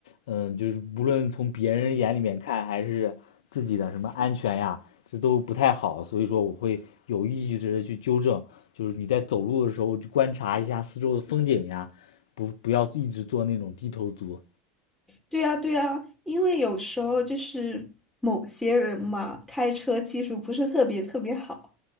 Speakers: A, on the left; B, in the centre.
A: 嗯，就是无论从别人眼里面看，还是自己的什么安全呀，这都不太好。所以说，我会有意识的去纠正，就是你在走路的时候去观察一下四周的风景呀，不不要一直做那种低头族。
B: 对呀，对呀，因为有时候就是某些人嘛，开车技术不是特别特别好。